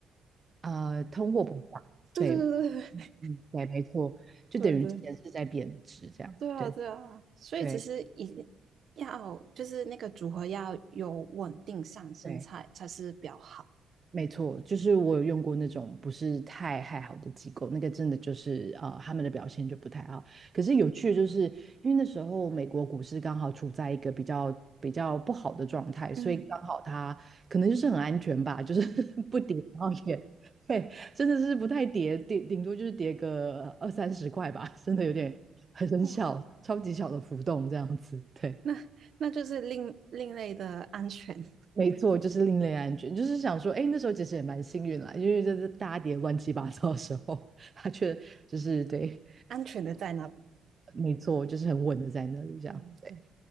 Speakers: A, on the right; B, on the right.
A: 呃，通货膨胀，
B: 对对对对对
A: 对，嗯，嗯对，没错，就等于钱是在贬值，
B: <laughs> 对对
A: 这样，
B: 对啊对啊，
A: 对，
B: 所以其实一要就是那个组合要有稳定上升才才是比较好。
A: 对，对。没错，就是我有用过那种不是太太好的机构，那个真的就是呃，他们的表现就不太好。可是有趣的就是，因为那时候美国股市刚好处在一个比较比较不好的状态，所以刚好它可能就是很安全吧，
B: 嗯，
A: 就是 <laughs> 不跌，然后也对，真的是不太跌，顶顶多就是跌个二三十块吧，真的有点很很小，
B: 哇，
A: 超级小的浮动这样子，对。
B: 那那就是另另类的安全。
A: 没错，就是另类安全，就是想说，哎，那时候其实也蛮幸运啦，因为就是大家跌得乱七八糟的时候，<laughs> 他却就是对，
B: 安全的在那里。
A: 没错，就是很稳的在那里这样，
B: 对对对，
A: 对，